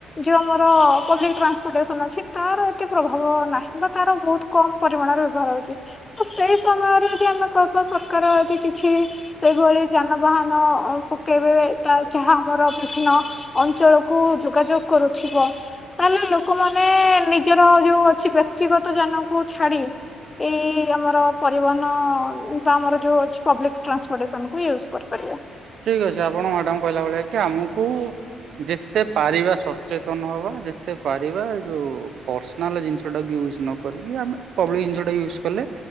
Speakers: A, on the left (about 25°); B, on the right (about 65°).
A: ଯେଉଁ ଆମର ପବ୍ଲିକ ଟ୍ରାନ୍ସପୋର୍ଟେସନ୍ ଅଛି ତାର ଏତେ ପ୍ରଭାବ ନାହିଁ ବା ତାର ବହୁତ କମ୍ ପରିମାଣରେ ବ୍ୟବହାର ହେଉଛି ତ ସେଇ ସମୟରେ ଯଦି ଆମେ କହିବା ସରକାର ଯଦି କିଛି ସେଇଭଳି ଯାନବାହାନ ପକାଇବେ, ତା ଯାହା ଆମର ବିଭିନ୍ନ ଅଞ୍ଚଳକୁ ଯୋଗାଯୋଗ କରୁଥିବ। ତାହେଲେ ଲୋକମାନେ ନିଜର ଯେଉ ଅଛି ବ୍ୟକ୍ତିଗତ ଯାନକୁ ଛାଡ଼ି ଏଇ ଆମର ପରିବହନ ବା ଆମର ଯୋଉ ଅଛି ପବ୍ଲିକ ଟ୍ରାନ୍ସପୋଟେସନକୁୁ ୟୁଜ କରିପାରିବା।
B: ଠିକ ଅଛି ଆପଣ ମ୍ୟାଡାମ କହିଲା ଭଳିଆ କି ଆମକୁ ଯେତେ ପାରିବା ସଚେତନ ହବା ଯେତେ ପାରିବା ଯୋଉ ପର୍ସନାଲ ଜିନିଷଟାକୁ ୟୁଜ ନ କରିକି ଆ ପବ୍ଲିକ ଜିନିଷଟା ୟୁଜ କଲେ